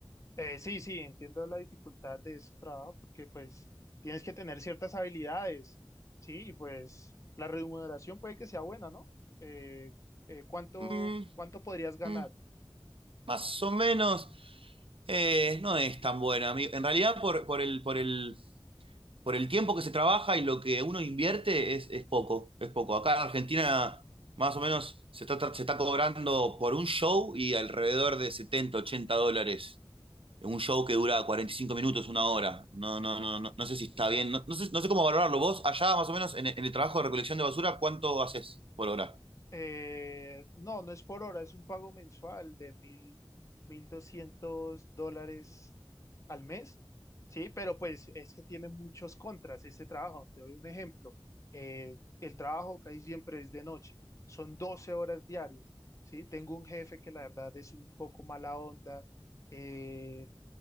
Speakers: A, on the left; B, on the right.
A: Eh, sí, sí, entiendo la dificultad de ese trabajo porque pues tienes que tener ciertas habilidades, ¿sí? Y pues la remuneración puede que sea buena, ¿no? Eh, eh, ¿cuánto,
B: Mm,
A: cuánto podrías ganar?
B: mm, más o menos eh, no es tan buena. A mí- En realidad, por, por el, por el, por el tiempo que se trabaja y lo que uno invierte es, es poco, es poco. Acá en Argentina más o menos se está, se está cobrando por un show y alrededor de 70 80 dólares. Un show que dura 45 minutos, una hora. No, no, no, no, no sé si está bien. No, no sé, no sé cómo valorarlo. Vos, allá más o menos en, el- en el trabajo de recolección de basura, ¿cuánto haces por hora?
A: Eh, no, no es por hora, es un pago mensual de mil, mil doscientos dólares al mes, sí, pero pues es que tiene muchos contras ese trabajo. Te doy un ejemplo. Eh, el trabajo casi siempre es de noche, son 12 horas diarias, sí. Tengo un jefe que la verdad es un poco mala onda, eh,